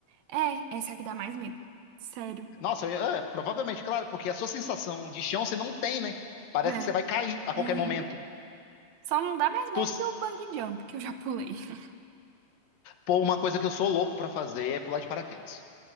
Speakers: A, on the right; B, on the left.
A: é, essa que dá mais medo. Sério.
B: Nossa, eu- é, provavelmente, claro, porque a sua sensação de chão você não tem, né? Parece
A: É.
B: que você vai cair a
A: Uhum.
B: qualquer momento.
A: Só não dá mais medo
B: Tu, s-
A: que o bungee jump, que eu já pulei. <laughs>
B: pô, uma coisa que eu sou louco pra fazer é pular de paraquedas.